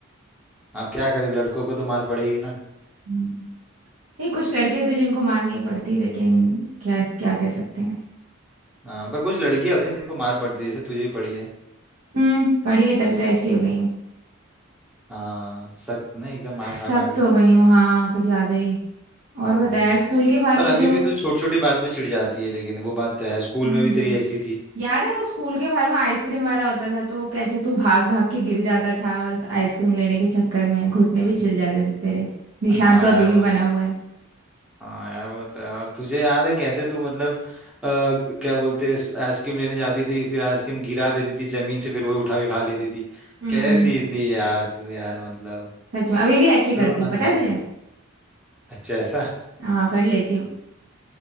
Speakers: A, in the centre; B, on the right (about 75°).
A: आप क्या करें लड़कों को तो मार पड़ेगी ना
B: हम्म। नहीं कुछ लड़के होते जिनको मार नहीं पड़ती लेकिन क्या क्या कह सकते हैं
A: हाँ पर कुछ लड़कियां होती हैं जिनको मार पड़ती है जैसे तुझे भी पड़ी है
B: हम्म पढ़ी है तभी तो ऐसी हो गई हूँ
A: हाँ सख्त नहीं एकदम
B: <laughs>
A: मार
B: सख्त
A: खा खा के
B: हो गई हूँ हाँ कुछ ज्यादा ही और
A: हम्म
B: बता यार स्कूल के बाहर
A: पर
B: वो
A: अभी
B: जो
A: भी तू छोटी छोटी बात पे चिढ़ जाती है लेकिन वो बात तो है स्कूल
B: हम्म
A: में भी
B: हम्म
A: तेरी ऐसी थी
B: याद है वो स्कूल के बाहर वो आइसक्रीम वाला होता था तो कैसे तू भाग भाग के गिर जाता था और उस आइसक्रीम लेने के चक्कर में घुटने भी छिल जाते थे तेरे निशान
A: हाँ
B: तो अभी
A: यार
B: भी
A: वो
B: बना
A: तो
B: हुआ है
A: हाँ यार वो तो है। और तुझे याद है कैसे तू मतलब आ, क्या बोलते हैं आइसक्रीम लेने जाती थी फिर आइसक्रीम गिरा देती थी जमीन से फिर वही उठा के खा लेती थी
B: हम्म
A: कैसी थी यार तू यार मतलब
B: सच में अभी भी ऐसे
A: सो
B: ही करती हूँ
A: अनहाइजीनिक
B: पता है तुझे
A: अच्छा ऐसा
B: हाँ कर लेती हूँ